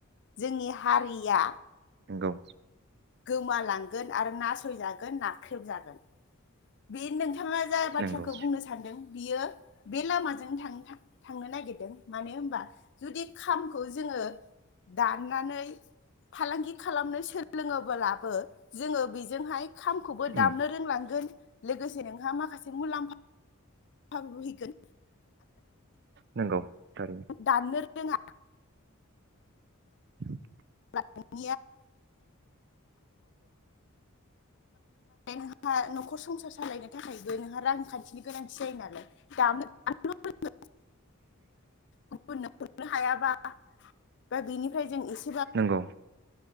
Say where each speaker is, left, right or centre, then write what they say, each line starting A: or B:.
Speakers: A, on the left (about 55°); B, on the right (about 50°).
A: जोंनि हारिया
B: गौ
A: गोमालांगोन आरो नासयजागोन नाख्रेबजागोन। बे नोंथाङा जाय बाथ्राखौ
B: नंगौ
A: बुंनो सानदों बियो बे लामाजों थांनो-था-थांनो नागिरदों मानो होमबा जुदि खामखौ जोङो दाननानै फालांगि खालामनो सोलोङोबोलाबो जोङो बेजोंहाय खामखौबो
B: उम
A: दामनो रोंलांगोन। लोगोसे नोंहा माखासे मुलाम्फाबो फैगोन।
B: नंगौ थारैनो
A: दाननो रोंङा
B: <inaudible>
A: <inaudible> माने नोंहा नखर संसार सालायनो थाखायबो नोंहा रांखान्थिनि गोनांथि जायो नालाय <inaudible> गुबुनो हरनो हायाबा बा बेनिफ्राय जों एसे
B: नंगौ